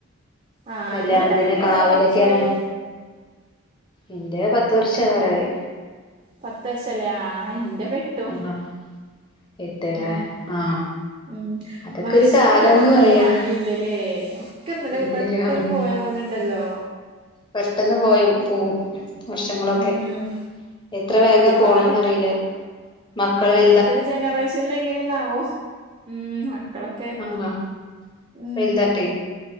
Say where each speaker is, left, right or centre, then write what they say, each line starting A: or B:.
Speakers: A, on the right; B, on the left.
A: ആഹ്
B: കല്യാണത്തിന്
A: ഇങ്ങളെ കല്യാണം കഴിഞ്ഞിട്ട്
B: കാവിലൊക്കെയാണ്
A: ഇപ്പ എത്ര വർഷായി
B: ഇന്റെ പത്ത് വർഷം ആവാറായി
A: പത്ത് വർഷല്ലേ ആ ഇന്റെ പ്പട്ടും
B: ആഹ് ഇട്ടേല്ലേ
A: ഉം
B: ആഹ്
A: ഉം
B: അതൊക്കെ
A: വർഷങ്ങൾ
B: ഒരു കാലംന്ന്
A: പോകാനൊന്നും
B: പറയാ
A: ഒരു പണിയില്ലല്ലേ ഒക്കെന്നലെ
B: ഇല്ലില്ല
A: പെട്ടന്ന്
B: ഉം
A: പോയ പോലെ ഇണ്ടല്ലോ
B: പെട്ടെന്ന് പോയി പോവും വർഷങ്ങളൊക്കെ
A: ഉം
B: എത്ര വേഗ
A: ഇപ്പൊ
B: പോണ്ന്ന്റിയില്ല
A: തന്നെ
B: മക്കൾ വൽതാ
A: അട്ത്തൊരു ജനറേഷനിൽ എങ്ങനെന്നാവോ ഉം മ ക്കളൊക്കെ
B: ആഹ്
A: ഉം
B: വലുതായിട്ടെ